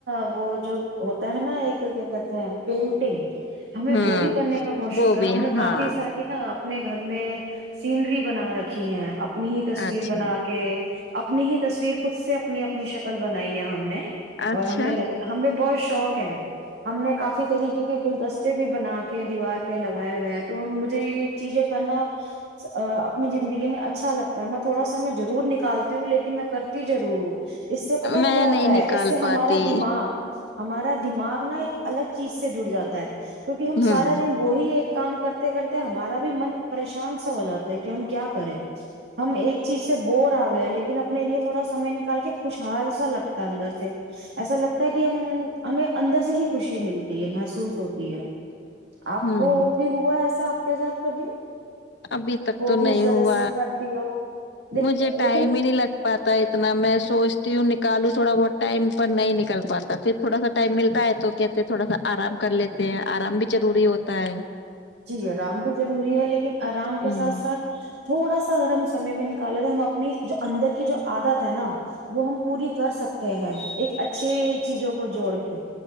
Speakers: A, on the right (about 75°); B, on the left (about 80°).
A: وہ جو ہوتا ہے نا ایک کیا کہتے ہیں پینٹنگ ہمیں
B: ہوں
A: وہ بھی کرنے کا بہت شوق
B: وہ
A: ہے
B: بھی
A: ہم نے کافی
B: ہاں
A: ساری نا اپنے گھر میں سینری بنا رکھ رکھی ہیں اپنی ہی تصویر
B: اچھا
A: بنا کے اپنی ہی تصویر خود سے اپنی اپنی شکل بنائی ہے ہم نے
B: اچھا
A: اور ہم نے لگ ہم نے بہت شوق ہے ہم نے کافی طریقے کے گلدستے بھی بنا کے دیوار پہ لگائے ہوئے ہیں تو ہم مجھے یہ چیزیں کرنا اپنی زندگی اچھا لگتا ہے میں تھوڑا سا میں ضرور نکالتی ہوں لیکن میں کرتیضرور ہوں اس سے پتا ہے
B: میں
A: کیا ہوتا
B: نہیں
A: ہے
B: نکال
A: اس سے
B: پاتی
A: ہمارا دماغ ہمارا دماغ نا ایک الگ چیز سے جڑ جاتا ہے کیونکہ ہم
B: ہوں
A: سارا دن وہی ایک کام کرتے کرتے ہمارا بھی من پریشان سا ہو جاتا ہے کہ ہم کیا کرے ہم ایک چیز سے بور آ گئے لیکن اپنے لیے تھوڑا سمے نکال کے خوشحال سا لگتا ہے اندر سے ایسا لگتا ہے کہ ہم ہمیں اندر سے ہی خوشی ملتی ہے محسوس ہوتی ہے آپ
B: ہوں
A: کو بھی ہوا ایسا کے ساتھ کبھی
B: ابھی تک
A: وہ
B: تو
A: بھی
B: نہیں
A: اس وجہ
B: ہو
A: سے کرتی ہو لیکن
B: مجھے ٹائم ہی نہیں لگ پاتا اتنا میں سوچ سچتی نکالوں تھوڑا بہت ٹائم پر نہیں نکل پاتا پھر تھوڑا سا ٹائم ملتا ہے تو کہتے تھوڑا سا آرام کر لیتے ہیں آرام بھی ضروری ہوتا ہے
A: جی آرام بھی ضروری ہے لیکن آرام
B: ہوں
A: کے ساتھ ساتھ تھوڑا سا اگر ہم سمے بھی نکالیں تو ہم اپنی اندر کی جو عادت ہے نا وہ ہم پوری کر سکتے ہیں ایک اچھی چیزوں کو جوڑ کے